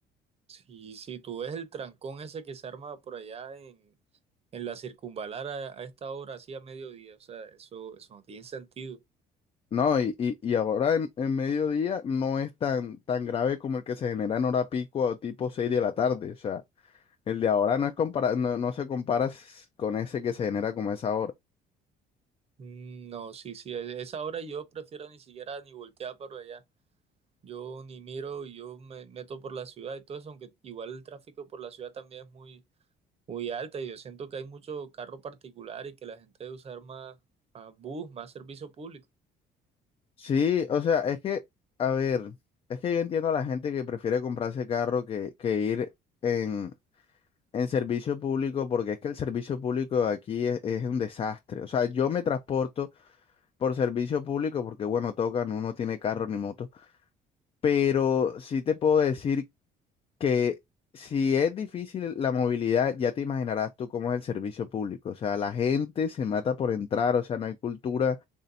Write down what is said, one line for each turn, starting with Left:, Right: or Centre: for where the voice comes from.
Right: Sí, sí. tú ves el trancón ese que se arma por allá en, en la circunvalar a, a esta hora, así a mediodía, o sea, eso, eso no tiene sentido.
Left: No, y, y, y ahora en, en mediodía no es tan, tan grave como el que se genera en hora pico o tipo 6 de la tarde. O sea, el de ahora no es compara no, no se compara s- con ese que se genera como a esa hora.
Right: Mm, No, sí, sí, a esa hora yo prefiero ni siquiera ni voltear para allá. Yo ni miro, yo me meto por la ciudad y todo eso, aunque igual el tráfico por la ciudad también es muy, muy alta y yo siento que hay mucho carro particular y que la gente debe usar más, más bus, más servicio público.
Left: Sí, o sea, es que, a ver, es que yo entiendo a la gente que prefiere comprarse carro que, que ir en, en servicio público, porque es que el servicio público aquí es, es un desastre. O sea, yo me transporto por servicio público porque, bueno, tocan, uno tiene carro ni moto, pero sí te puedo decir que si es difícil la movilidad, ya te imaginarás tú cómo es el servicio público. O sea, la gente se mata por entrar, o sea, no hay cultura